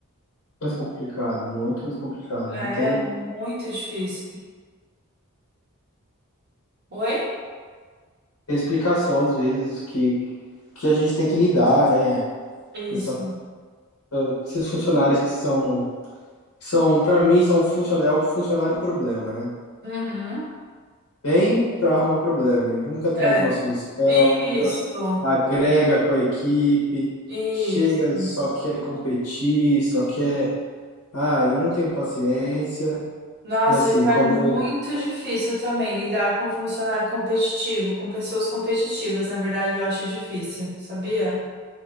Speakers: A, on the left; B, on the right.
A: mais complicado, muito mais complicado.
B: É
A: Não tem,
B: muito difícil. Oi?
A: tem explicação, às vezes, que, que a gente tem que lidar, né? Com, essa-
B: Isso.
A: com esses funcionários que são, são para mim, são funcionário, é o funcionário problema, né?
B: Uhum.
A: vem para arrumar problema. Ele nunca traz
B: É.
A: uma solução,
B: Isso.
A: nunca agrega com a equipe,
B: Isso.
A: chega, só quer competir, só quer. Ah, eu não tenho paciência.
B: Nossa,
A: E assim,
B: isso
A: como.
B: é muito difícil também, lidar com funcionário competitivo, com pessoas competitivas. Na verdade, eu acho difícil, sabia?